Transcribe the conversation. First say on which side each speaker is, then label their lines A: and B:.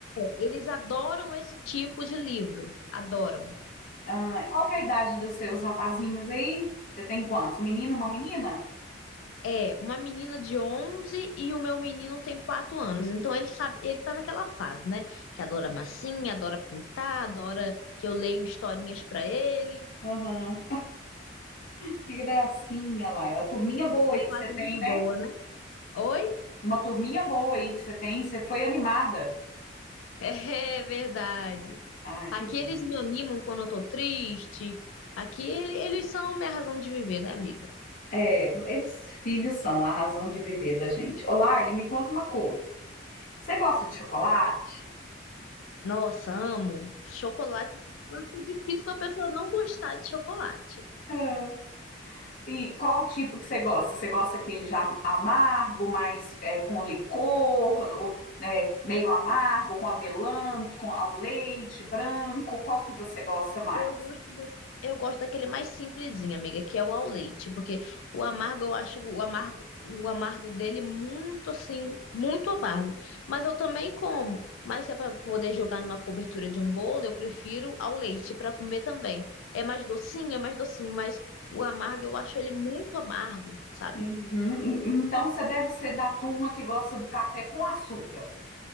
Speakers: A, on the left; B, on the left.
A: Eles adoram esse tipo de livro. Adoram.
B: Ah, qual que é a idade dos seus rapazinhos aí? Você tem quantos? Um menino e uma menina?
A: É, é, uma menina de 11 e o meu menino tem 4 anos. Então ele sabe, ele tá naquela fase, né? Que adora massinha, adora pintar, adora que eu leio historinhas pra ele.
B: Aham. Que gracinha, Laila. Turminha boa
A: Essa
B: aí que
A: fase
B: você tem,
A: é muito
B: né?
A: boa, né? Oi? <laughs>
B: Uma turminha boa aí que você tem. Você foi animada.
A: É é verdade.
B: Ai,
A: Aqui
B: que bom.
A: eles me animam quando eu tô triste. Aqui ele- eles são minha razão de viver, né, amiga?
B: É, eles filhos são a razão de viver da gente. Ô, Laila, me conta uma coisa. Você gosta de chocolate?
A: Nossa, amo. Chocolate. Eu acho que é difícil uma pessoa não gostar de chocolate.
B: Ah. E qual o tipo que você gosta? Você gosta aquele já amargo, mais é, com licor, ou, é, meio amargo, com avelã, com ao leite, branco? Qual que você gosta mais?
A: Eu gosto do- Eu gosto daquele mais simplesinho, amiga, que é o ao leite, porque o amargo eu acho o amargo, o amargo dele muito assim, muito amargo. Mas eu também como. Mas se é para poder jogar numa cobertura de um bolo, eu prefiro ao leite para comer também. É mais docinho, é mais docinho, mas o amargo eu acho ele muito amargo, sabe?
B: Uhum. Então você deve ser da turma que gosta do café com açúcar.